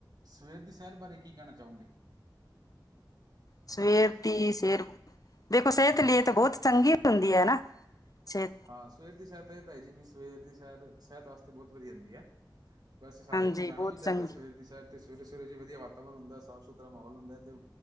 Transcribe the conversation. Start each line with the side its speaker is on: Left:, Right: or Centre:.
Right: ਸਵੇਰ ਦੀ ਸੈਰ ਬਾਰੇ ਕੀ ਕਹਿਣਾ ਚਾਓਗੇ?
Left: ਸਵੇਰ ਦੀ ਸੇਰ ਦੇਖੋ ਸੇਹਤ ਲਈ ਏ ਤੇ ਬੋਤ ਚੰਗੀ ਹੁੰਦੀ ਏ ਨਾ ਸੇ
Right: ਹਾਂ ਸਵੇਰ ਦੀ ਸੇਰ ਤਾਂ ਏਤਾ ਹੈਜੀ ਬਈ ਸਵੇਰ ਦੀ ਸੇਰ ਸਿਹਤ ਵਾਸਤੇ ਬੋਤ ਵਧੀਆ ਹੁੰਦੀ ਹੈ, ਵੈਸੇ ਸਾਰਿਆਂ
Left: ਹਾਂਜੀ
Right: ਨੂੰ ਜਾਣਾ
Left: ਬਹੁਤ
Right: ਵੀ
Left: ਚੰਗੀ
Right: ਚਾਹੀਦਾ ਸਵੇਰ ਦੀ ਸੈਰ ਤੇ ਸਵੇਰੇ-ਸਵੇਰੇ ਜੀ ਵਧੀਆ ਵਾਤਾਵਰਨ ਹੁੰਦਾ ਏ, ਸਾਫ ਸੁਥਰਾ ਮਾਹੌਲ ਹੁੰਦਾ ਏ ਤੇ